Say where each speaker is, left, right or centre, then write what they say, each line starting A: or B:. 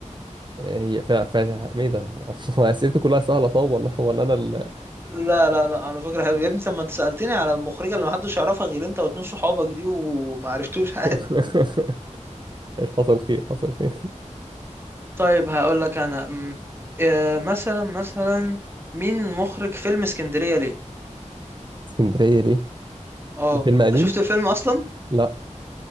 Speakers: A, on the right; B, on the right.
A: آه، هي فا فا ما إيه ده؟ <laughs> هو أسئلتي كلها سهلة صعب ولا ولا أنا ال...
B: لا لا لا على فكرة حلو يا ابني طب ما انت سألتني على المخرجة اللي محدش يعرفها غير انت واتنين صحابك دي وما عرفتوش <laughs> عادي
A: <laughs> مش حصل خير حصل خير
B: طيب هقول لك انا أمم، آه، مثلا مثلا مين مخرج فيلم اسكندرية ليه
A: اسكندرية ليه؟
B: اه
A: ده فيلم قديم؟
B: انت شفت الفيلم اصلا
A: لا